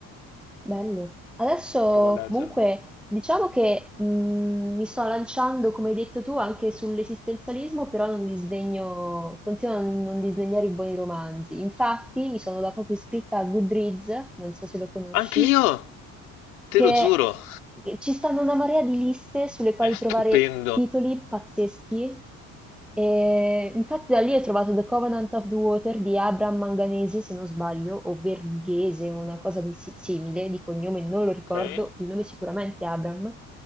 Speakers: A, in the centre; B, on the left (about 85°).
A: Bello. Adesso
B: prova a leggerlo.
A: comunque diciamo che mh, mi sto lanciando, come hai detto tu, anche sull'esistenzialismo, però non disdegno, continuo a non disdegnare i buoni romanzi. Infatti mi sono da poco iscritta a Goodreads, non so se lo conosci,
B: Anch'io, te
A: che
B: lo giuro,
A: che ci stanno una marea di liste sulle
B: è
A: quali
B: stupendo,
A: trovare titoli pazzeschi. E infatti da lì ho trovato The Covenant of the Water di Abraham Manganese, se non sbaglio, o Verghese, una cosa di si- simile, di cognome non lo ricordo,
B: ok?
A: il nome sicuramente è Abraham,